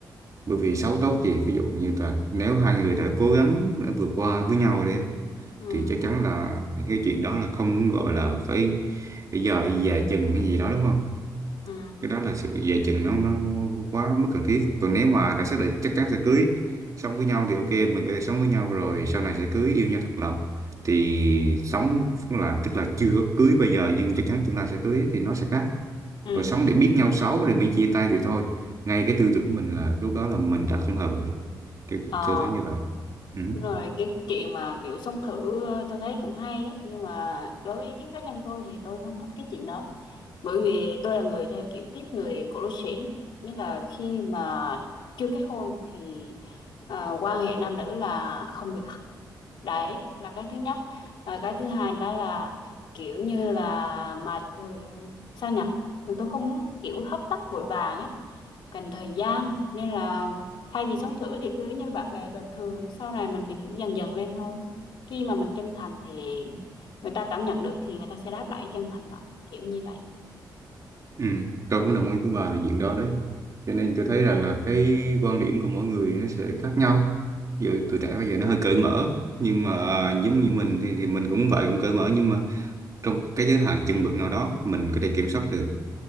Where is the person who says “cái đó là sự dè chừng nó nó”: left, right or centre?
Right